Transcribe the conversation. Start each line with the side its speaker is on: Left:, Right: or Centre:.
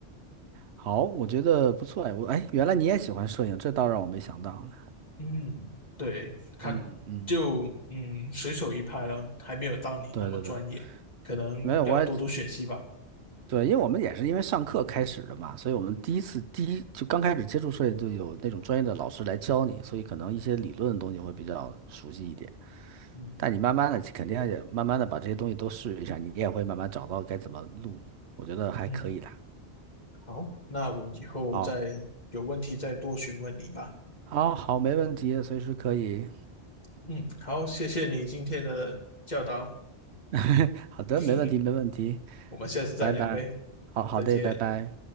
Right: 好，我觉得不错哎，我哎，原来你也喜欢摄影，这倒让我没想到呢。
Left: 嗯，对，看
Right: 嗯嗯，
Left: 就嗯随手一拍了，还没有到你那么专业，
Right: 对对对，
Left: 可能要多多学习吧。
Right: 没有，我也对，因为我们也是因为上课开始的嘛，所以我们第一次第一就刚开始接触摄影，就有那种专业的老师来教你，所以可能一些理论的东西会比较熟悉一点。
Left: 嗯
Right: 但你慢慢的肯定也慢慢的把这些东西都试一下，你也会慢慢找到该怎么录，我觉得还可以的。
Left: 嗯，好，那我以后再有问题再多询问你吧。
Right: 好，哦，好，没问题，随时可以。
Left: 嗯，好，谢谢你今天的教导，
Right: <laughs> 好的，
Left: <laughs> 哼哼，
Right: 没问题，没问题，
Left: 我们下次再聊呗，
Right: 拜拜。好好的，
Left: 再见。
Right: 拜拜。